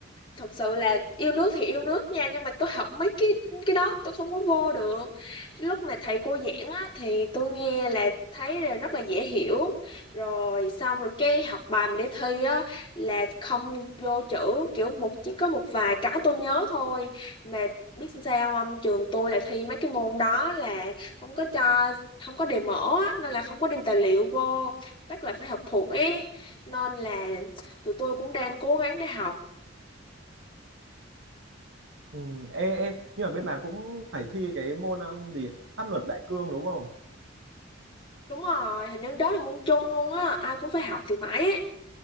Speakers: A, on the left (about 25°); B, on the right (about 70°).
A: thật sự là yêu nước thì yêu nước nha nhưng mà tôi học mấy cái cái đó tôi không có vô được lúc mà thầy cô giảng á, thì tôi nghe là thấy là rất là dễ hiểu rồi xong rồi cái học bài mình để thi á là không vô chữ kiểu một chỉ có một vài cái tôi nhớ thôi mà biết sao không trường tôi là thi mấy cái môn đó là không có cho không có đề mở á, nên là không có đem tài liệu vô bắt là phải học thuộc ý nên là tụi tôi cũng đang cố gắng để học
B: ừ, ê, ê nhưng mà bên bà cũng phải thi cái môn um, gì pháp luật đại cương đúng không
A: Đúng rồi, hình như đó là môn chung luôn á, ai cũng phải học thì phải ấy.